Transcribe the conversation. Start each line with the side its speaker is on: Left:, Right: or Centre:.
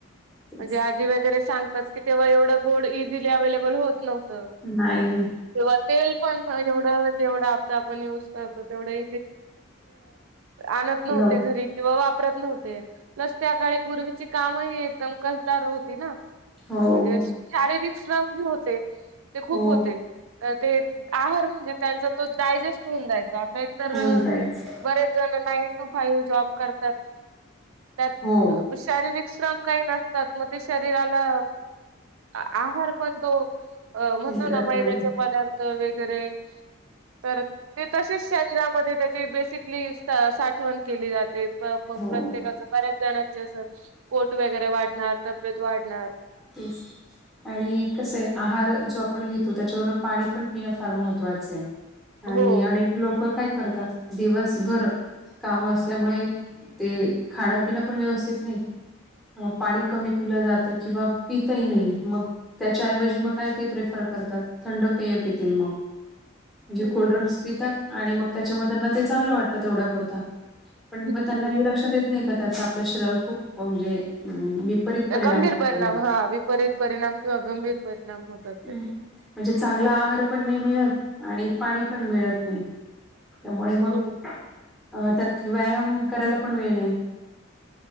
Centre: तेच
Right: म्हणजे
Centre: तर
Right: आजी वगैरे सांगतात की तेव्हा एवढ गोड इझिली अव्हेलेबल <unintelligible> होत नव्हत
Centre: नाही
Right: तेव्हा तेल पण एवढं जेवढं आता आपण युज करतो तेवढे आणत नव्हते
Centre: नव
Right: घरी किवा वाप <unintelligible> प्रत्न होते प्लस त्या काळी पूर्वीची कामही एकदम कसदार होती ना
Centre: हो,
Right: म्हणजे शारीरिक श्रम जे होते ते खूप
Centre: हो
Right: होते तर ते आहार म्हणजे त्यांचा तो डायजेस्ट होऊन जायचा आता एक तर
Centre: होऊन जायच.
Right: बरेच जण नान टू फाई जॉब करतात त्यात
Centre: हो
Right: शारीरिक श्रम काही नसतात मग ते शरीराला अ आहार पण तो अ म्हणतो
Centre: मिळत
Right: ना मैद्याचे
Centre: नाही.
Right: पदार्थ वगैरे तर ते तसेच शरीरामध्ये त्याची बेसिकली सा साठवण केली जाते ते मग
Centre: हो
Right: प्रत्येकाच बऱ्याच जणांचे असं पोट वगैरे वाढणार तब्येत वाढणार
Centre: तीस आणि कसं आहे आहार जो आपण घेतो त्याच्यावर पाणी पण पिणं फार महत्त्वाचं आहे. आणि
Right: हो
Centre: अनेक
Right: हो.
Centre: लोक काय करतात दिवसभर काम असल्यामुळे ते खाणपिण पण व्यवस्थित नाही पाणी कमी पिलं जातं किंवा पितही नाही मग त्याच्या ऐवजी मग काय ते प्रेफर करतात थंड पेय पिता <unintelligible> म्हणजे
Right: हम्म
Centre: कोल्ड्रिंक्स
Right: हम्म.
Centre: पितात आणि मग त्याच्यामुळे त्यांना ते चांगलं वाटतं तेवढ्या पुुरत पण
Right: हम्म
Centre: प त्यांना हे लक्षात येत नाही का त्याच आपलं शरीर खूप म्हणजे हम्म विप रीत परिणाम
Right: गंभीर
Centre: होईल
Right: हा विपरीत परिणाम किंवा गंभीर परिणाम होतात
Centre: म्हणजे
Right: त्याचे.
Centre: चांगला आहार पण नाही मिळत <inaudible> आणि पाणी पण मिळत नाही त्यामुळे मग
Right: हो
Centre: अ त्यात व्यायाम करायला पण वेळ नाही